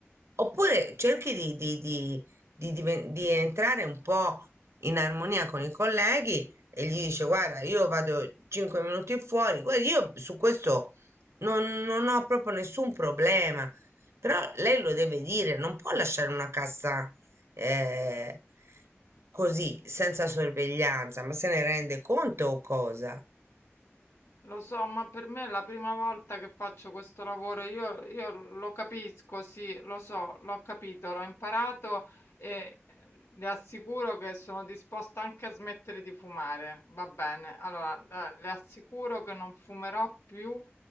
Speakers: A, on the right (about 80°); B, on the left (about 75°).
A: oppure cerchi di, di- di- di diven- di entrare un po' in armonia con i colleghi e gli dice: Guarda, io vado 5 minuti fuori. Guarda, io su questo non non ho proprio nessun problema. Però lei lo deve dire, non può lasciare una cassa eh, così, senza sorveglianza, ma se ne rende conto o cosa?
B: Lo so, ma per me è la prima volta che faccio questo lavoro. Io, io lo capisco, sì, lo so, l'ho capito, l'ho imparato e ehm, le assicuro che sono disposta anche a smettere di fumare. Va bene, allora eh, le assicuro che non fumerò più,